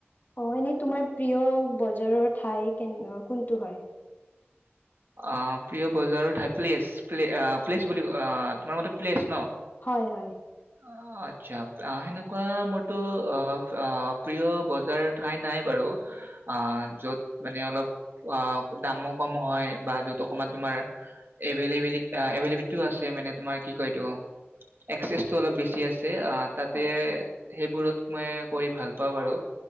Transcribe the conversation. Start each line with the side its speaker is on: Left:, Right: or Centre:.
Left: অ এনেই তোমাৰ প্ৰিয় বজাৰৰ ঠাই কেন কোনটো হয়?
Right: অ <unintelligible> অ প্ৰিয় বজাৰৰ ঠাই, প্লেছ প্লে অ প্লেছ বুলি অ তোমাৰ মতে প্লেচ ন?
Left: হয় হয়।
Right: অ' আচ্ছা, আ সেনেকুৱা মোৰতো অ প্ৰিয় বজাৰ ঠাই নাই বাৰু আঁ য'ত মানে অলপ আঁ দামো কম হয়। বা য'ত অকমান তোমাৰ এভেলিবিড অ এভেলিবিলিডটো আছে মানে তোমাৰ কি কয় এইটো এক্সচটো অলপ বেছি আছে। তে তাতে
Left: আচ্ছা
Right: সেইবোৰত মই কৰি ভাল পাওঁ বাৰু,